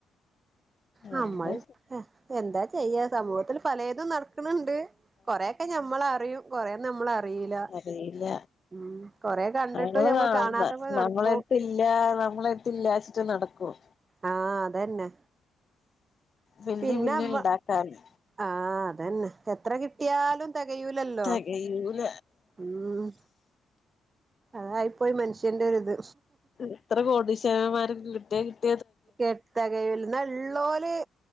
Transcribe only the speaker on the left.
എന്താ
അറിയില്ല
നമ്മള്
കാണുന്ന
നമ്മളെടുത്തില്ല നമ്മളെടുത്തില്ലാച്ചിട്ട് നടക്കും
പിന്നേം
പിന്നേം
ഇണ്ടാക്കാന്
തെകയൂല
എത്ര കോടിശരമാര കിട്ടിയ കിട്ടി